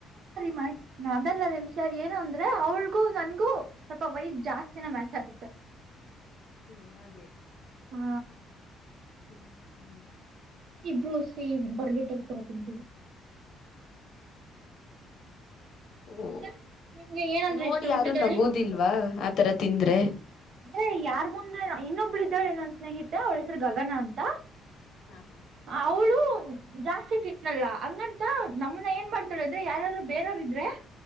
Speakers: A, on the right; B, on the left.
A: ಮ ಅದಲ್ಲದ ವಿಷಾರ ಏನು ಅಂದ್ರೆ ಅವ್ಳ್ಗೂ ನನ್ಗೂ ಸ್ವಲ್ಪ ವೈಟ್ ಜಾಸ್ತಿನ ಮ್ಯಾಚ್ ಆಗುತ್ತೆ
B: ಹ್ಮ ಹಾಗೆ
A: ಹ್ಮ
B: ಹ್ಮ್ ಹ್ಮ್
A: ಇಬ್ರು ಸ ಬರ್ಗಿಟ್ಟಿರ್ತಾರ ತಿವಿ
B: ಓ
A: ಮತ್ತೆ ನಿಮ್ಗೆ ಏನಂದ್ರೆ
B: ನೋಡಿ
A: ಇಷ್ಟ
B: ಯಾರು
A: ಊಟದಲ್ಲಿ
B: ನಗೂುದಿಲ್ವಾ ಆತರ ತಿಂದರೆ
A: ಅಂದ್ರೆ ಯಾರ್ ಮುಂದ ಇನ್ನೊಬ್ಳು ಇದ್ದಾಳೆ ನನ್ನ ಸ್ನೇಹಿತೆ ಅವಳಸ್ರ ಗಗನ ಅಂತ
B: ಹಾ ಹಾ
A: ಅವಳ ಜಾಸ್ತಿ ತಿನ್ನಲ್ಲ ಹಂಗಂತ ನಮನ ಏನ್ ಮಾಡ್ತಾಳ ಅಂದ್ರೆ ಯಾರಾರರು ಬೇರೆಯವ್ರ ಇದ್ರೆ